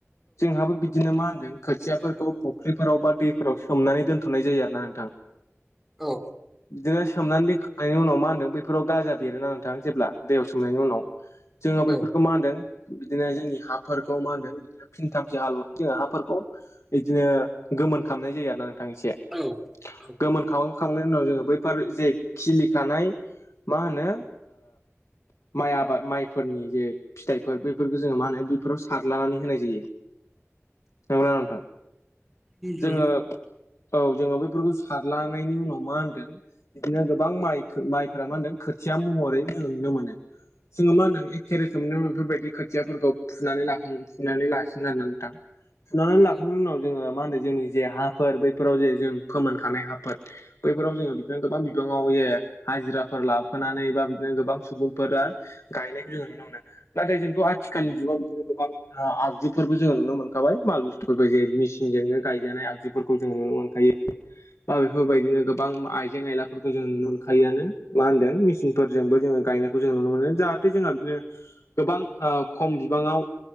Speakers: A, on the left; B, in the centre.
A: जोंहाबो बि बिदिनो मा होनदों खोथियाफोरखौ फुख्रिफोराव बा दैफोराव सोमनानै दोनथ'नाय जायो आरो ना नोंथां।
B: औ
A: बिदिनो सोमनानै दोनखांनायनि उनाव मा होनदों बेफोराव गाजा बेरोना नोंथां जेब्ला दैयाव सोमनायनि उनाव जोङो बैफोरखौ
B: औ
A: मा होनदों। बिदिनो जोंनि हाफोरखौ मा होनदों बिदिनो फिनथामसे हालवनानै जोङो हाफोरखौ बिदिनो गोमोन खालामामनाय जायो आरो ना नोंथां एसे
B: औ। औ
A: गोमोन खाव खांनायनि उनाव जोङो बैफोरार जे खिलिखानाय मा होनो। माइ आबाद माइफोरनि जे फिथाइफोर बेफोरखौ जोङो मा होनो बेफोराव सारलानानै होनाय जायो नंगौना नोंथां।
B: नंगौ
A: जोङो औ जोङो बैफोरखौ सारलांनायनि उनाव मा होनदों बिदिनो गोबां म् माइफोरा मा होनदों खोथिया महरै जों नुनो मोनो। जोङो मा होनदों एक केेरेेज स मोन बेफोरबायदि खोथियाफोरखौ फुनानै लाखां फुनानै लाखिगोन आरोनानै नथां फुनानै लाखांनायनि
B: औ
A: उनाव जोङो मा होनो जोंनि जे हाफोर बैफोराव जे जों फोमोनखानाय हाफोर बैफोराव जोङो बिदिनो गोबां बिबाङाव बे हाजिराफोर लाफोनानै बा बि गोबां सुबुंफोरा गायनायखौ जोङो नुनो मोनो। नाथाय जोंथ' आथिखालनि जुगाव बिदिनो गोबां आगजुफोरबो जोङो नुनो मोनखाबाय माल बुस्थुफोरबो जे मिसि नो गायजानाय आगजुफोरखौ जोङो नुनो मोनखायो बा बेफोरबायदिनो गोबां आइजें आयलाफोरखौ। जोंो नुनो मोनखायोआानो मा होनदों मेसिनफोरजोंबो जोङो गायनायखौ जों नुनो मोनो जाहाथे जोंहा बिदिनो गोबां खम बिबाङाव